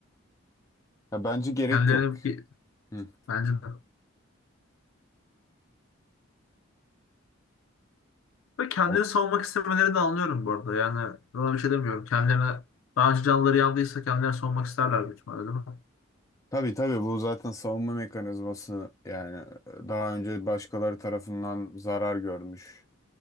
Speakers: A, on the left; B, on the left.
A: Ya bence gerek
B: Kendilerini
A: yok.
B: bir-
A: Hı.
B: bence de. Ve kendini
A: O-
B: savunmak istemelerini de anlıyorum bu arada. Yani buna bir şey demiyorum. Kendilerine daha önce canları yandıysa kendilerini savunmak isterler büyük ihtimalle değil mi?
A: Tabii tabii bu zaten savunma mekanizması yani e, daha önce başkaları tarafından zarar görmüş.